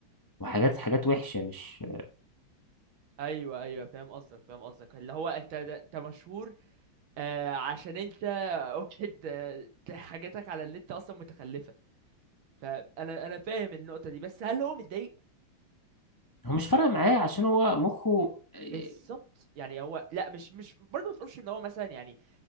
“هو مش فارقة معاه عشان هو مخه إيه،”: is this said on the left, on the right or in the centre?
Left